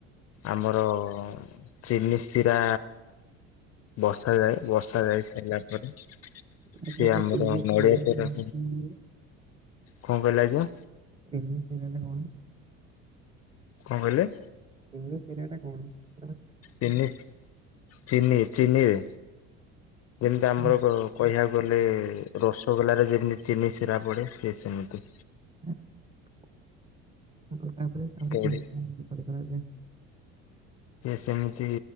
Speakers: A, on the left; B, on the right.
A: ଆମର ଚିନି ଶିରା ବସାଯାଏ। ବର୍ଷା ଯାଇ ସାରିଲା ପରେ
B: ଆଚ୍ଛା
A: ସିଏ
B: ସେ
A: ଆମର
B: ଚିନି ଚିନି
A: ନଡ଼ିଆ କୋରା।
B: ଚିନି ଚିନି
A: କଣ କହିଲେ ଆଜ୍ଞା?
B: <unintelligible>
A: କଣ କହିଲେ?
B: କିମି ସେେରିଆଟା କଣୁ। <unintelligible>
A: ଚିନି ଚିନି ଚିନିରେ ଯେମିତି
B: ଆଚ୍ଛା,
A: ଆମର। କହିବାକୁ ଗଲେ ରସଗୋଲାରେ ଯେମିତି ଚିନି ଶିରା ପଡ଼େ ସିଏ ସେମିତି।
B: ଆଚ। <inaudible> ଆଉ ତାପରେ କରାଯାଏ।
A: ପଡି
B: <unintelligible>
A: ସେମିତି